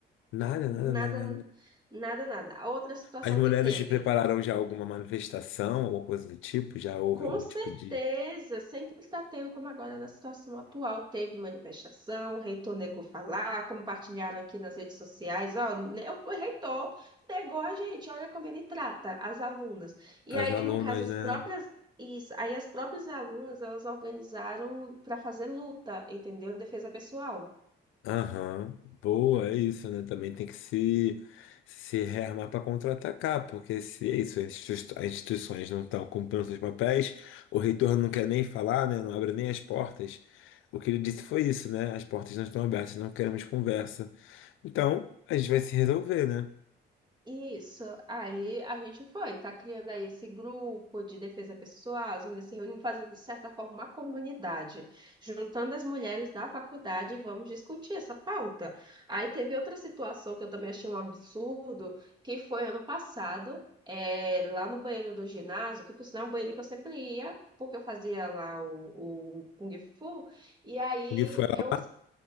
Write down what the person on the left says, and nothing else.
Nada,
nada, nada, nada.
As mulheres
te prepararam já alguma manifestação, alguma coisa do tipo? Já houve
algum
tipo de.
As
alunas,
né?
Aham. Boa, é isso, né? Também tem que se, se rearmar para contra-atacar, porque se é isso, as institui- as instituições não estão cumprindo seus papéis, o reitor não quer nem falar, né? Não abre nem as portas. O que ele disse foi isso, né? As portas não estão abertas, não queremos conversa. Então, a gente vai se resolver, né?
O que foi lá?